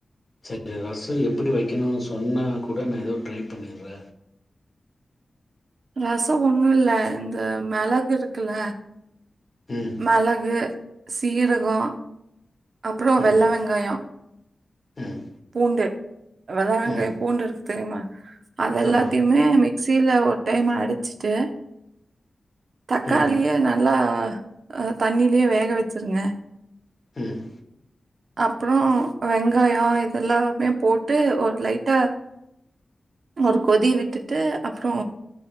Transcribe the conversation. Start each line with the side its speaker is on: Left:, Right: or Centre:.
Left: செரி ரச எப்பிடி வைக்கணுனு சொன்னா கூட நா எதோ ட்ரை பண்ணிர்வே
Right: ரசொ ஒன்னுல்ல இந்த மெளகு இருக்குல்ல
Left: ம்
Right: மெளகு சீர கொ அப்றொ வெள்ள
Left: ம்
Right: வெங்காயொ
Left: ம்
Right: பூண்டு வெள்ள வெங்காய
Left: ம்
Right: பூண்டுருக்கு தெரியிமா அது எல்லாத்தைமே
Left: ஆமாம்
Right: மி க்ஸில ஒரு டைம் அடுச்சுட்டு தக்காளிய
Left: ம்
Right: நல்லா ஆ தண்ணிலியே வேக வச்சுருங்க
Left: ம்
Right: அப்றொ வெங்காயொ இத எல்லாமுமே போட்டு ஒரு லைட்டா ஒரு கொதி விட்டுட்டு அப்றோ